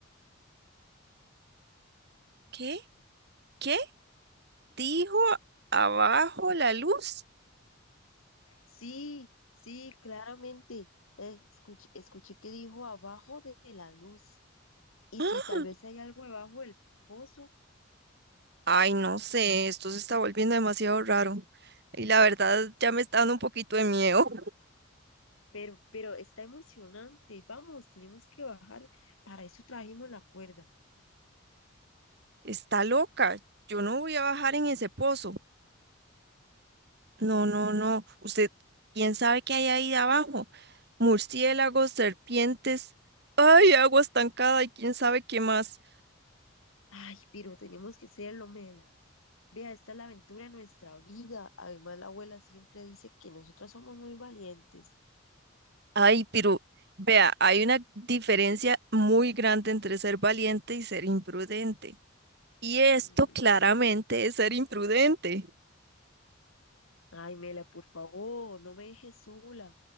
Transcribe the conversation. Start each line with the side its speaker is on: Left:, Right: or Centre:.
Right: ¿Qué? ¿Qué? ¿Dijo abajo la luz?
Left: Sí, sí, claramente. Eh, escuch- escuché que dijo abajo de, de la luz. Y
Right: ¡Ah!
Left: sí, tal vez hay algo debajo del pozo,
Right: Ay, no sé, esto se está volviendo demasiado raro. Y la verdad ya me está dando un poquito de miedo.
Left: pero, pero está emocionante. Vamos, tenemos que bajar. Para eso trajimos la cuerda.
Right: Está loca. Yo no voy a bajar en ese pozo. No, no, no. Usted, ¿quién sabe qué hay ahí abajo? Murciélagos, serpientes. Ay, agua estancada y quién sabe qué más.
Left: Ay, pero tenemos que hacerlo, Mela. Vea, esta es la aventura de nuestra vida. Además, la abuela siempre dice que nosotras somos muy valientes.
Right: Ay, pero vea, hay una diferencia muy grande entre ser valiente y ser imprudente. Y esto
Left: Mm,
Right: claramente es ser imprudente.
Left: Ay, Mela, por favor, no me dejes sola.